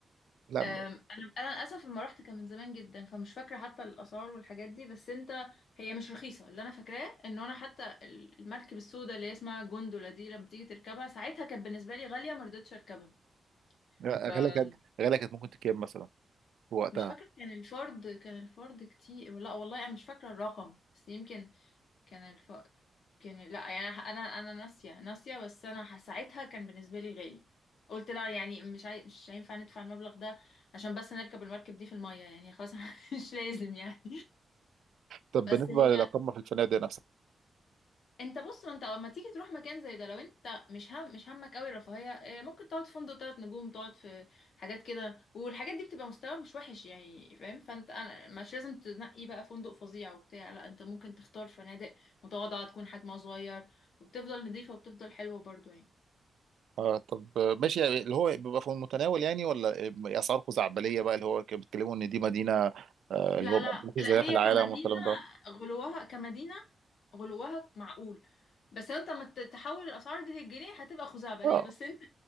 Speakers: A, on the right (about 80°); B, on the left (about 75°).
A: لا
B: أم،
A: م-
B: انا انا للاسف لما رحت كان من زمان جدا فمش فاكرة حتى الاسعار والحاجات دي بس انت هي مش رخيصة اللي انا فاكراه ان انا حتى المركب السوداء اللي هي اسمها جوندولا دي لما تيجي تركبها ساعتها كانت بالنسبة لي غالية ما رضيتش اركبها
A: غاليه
B: فمش
A: كانت غاليه كانت ممكن تكام مثلا في وقتها
B: فاكرة كان الفرد كان الفرد كتير لا والله انا مش فاكرة الرقم بس يمكن كان الفقر كان لا يعني انا انا أنا ناسيه ناسيه بس انا ح- ساعتها كان بالنسبه لي غالي قلت لا يعني مش عاي... مش هينفع ندفع المبلغ ده عشان بس نركب المركب دي في الميه يعني خلاص <laughs> مش لازم يعني
A: طب
B: بس
A: بالنسبه
B: هي
A: للاقامه في الفنادق نفسها
B: انت بص ما انت لما تيجي تروح مكان زي ده لو انت مش هم مش همك قوي الرفاهيه اه، ممكن تقعد في فندق ثلاث نجوم تقعد في حاجات كده والحاجات دي بتبقى مستوى مش وحش يعني فاهم فانت انا مش لازم تنقي بقى فندق فظيع وبتاع لا انت ممكن تختار فنادق متواضعه تكون حجمها صغير وبتفضل نظيفه وبتفضل حلوه برضو يعني
A: اه طب ماشي اللي هو بيبقى في المتناول يعني ولا اسعار خزعبليه بقى اللي هو كانوا بيتكلموا ان دي مدينه آه، اللي
B: لا
A: هو
B: لا
A: مفيش
B: لا
A: زيها
B: هي
A: في العالم
B: كمدينه
A: والكلام ده
B: غلوها كمدينه غلوها معقول بس انت لما ت- تحول الاسعار دي للجنيه هتبقى خزعبليه
A: اه
B: بس انت